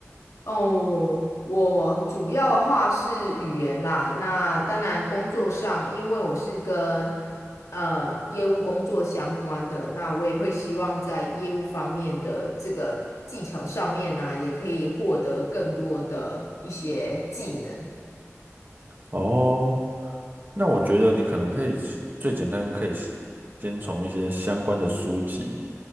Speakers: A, on the left; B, on the right.
A: 哦，我主要的话是语言啦。那当然，工作上，因为我是跟呃业务工作相关的，那我也会希望在业务方面的这个技巧上面呢、也可以获得更多的一些技能。
B: 哦。那我觉得你可能可以是最简单，可以先先从一些相关的书籍，